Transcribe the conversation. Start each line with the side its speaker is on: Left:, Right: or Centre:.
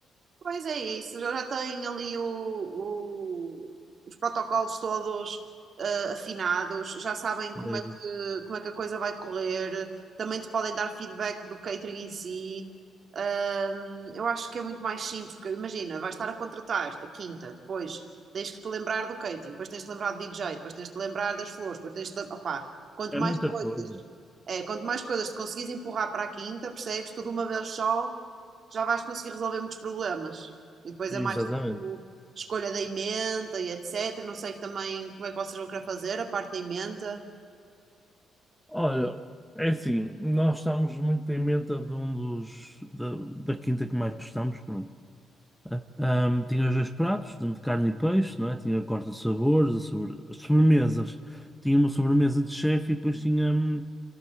Right: Pois é isso, já já têm ali o- o- os protocolos todos ah, afinados, já sabem como
Centre: É
Right: é
Centre: isso.
Right: que, como é que a coisa vai correr, também te podem dar feedback do catering em si. Ahm, eu acho que é muito mais simples, porque imagina, vais estar a contratar a quinta, depois tens que te lembrar do catering, depois tens de te lembrar do DJ, depois tens de te lembrar das flores, depois tens de. te- Opá, quanto
Centre: É
Right: mais
Centre: muita
Right: coisas,
Centre: coisa.
Right: é, quanto mais coisas te conseguires empurrar para a quinta, percebes? Tudo uma vez só já vais conseguir resolver muitos problemas. E depois
Centre: Exatamente.
Right: é mais tipo escolha da ementa e etc. Não sei também como é que vocês vão querer fazer a parte da emenda.
Centre: Olha, é assim, nós estamos muito em menta de um dos da, da quinta que mais gostamos, pronto. Ahm, tinha os dois pratos, de carne e peixe, não é? Tinha a corte de sabores, a sobre... as sobremesas. Tinha uma sobremesa de chefe e depois tinha hum,